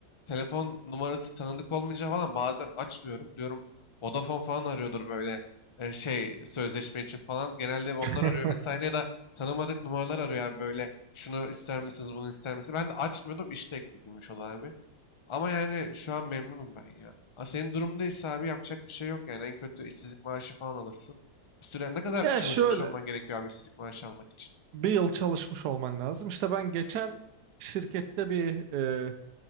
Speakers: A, on the left; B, on the right.
A: telefon numarası tanıdık olmayınca falan bazen açmıyorum. Diyorum Vodafone falan arıyordur böyle e, şey sözleşme için falan. Genelde onlar
B: <laughs>
A: arıyor vesaire ya da tanımadık numaralar arıyor abi böyle şunu ister misiniz bunu ister misiniz? Ben de açmıyordum iş teklifiymiş o da abi. Ama yani şu an memnunum ben ya. Ha, senin durumdaysa abi yapacak bir şey yok yani en kötü işsizlik maaşı falan alırsın. Bir süre ne kadar
B: Ya
A: çalışmış
B: şöyle
A: olman gerekiyor abi işsizlik maaşı almak için?
B: bir yıl çalışmış olman lazım. İşte ben geçen şirkette bir e,